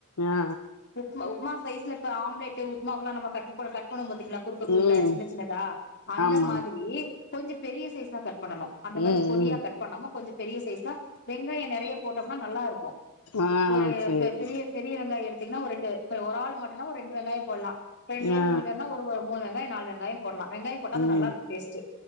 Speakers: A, on the left; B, on the left.
A: ஆ
B: உப்மா உப்மா சைஸ்ல இப்ப ஆம்லேட் உப்புமாவுக்குலா நம்ப கட் பண்ணுவோ பாத்தீங்ளா குறுக்க குறுக்க
A: ம்
B: சின்ன தா அந்த
A: ஆமா
B: மாதிரி கொஞ்ச பெரிய சைஸ்ஸா கட் பண்ணனு அந்த மாரி
A: ம்
B: பொடியா
A: ம்
B: கட் பண்ணாம கொஞ்சம் பெரிய சைஸ்ஸா வெங்காயோ நெறைய போட்டோம்னா நல்லா இருக்கு
A: ஆ
B: ஒரு
A: சேரி
B: ப பெரிய பெரிய வெங்காய எடுத்தீங்ன்னா ஒரு ரெண்டு ஒரு ஆள் மட்டுனா ஒரு ரெண்டு வெங்காய போல்லா ரெண்டு பேர்
A: ஆ
B: மூணு பேர்னா ஒரு வ மூனு வெங்காய நாலு வெங்காய போட்லா வெங்காய போட்டா அது
A: ம்
B: நல்லா இருக்கு டேஸ்ட்டு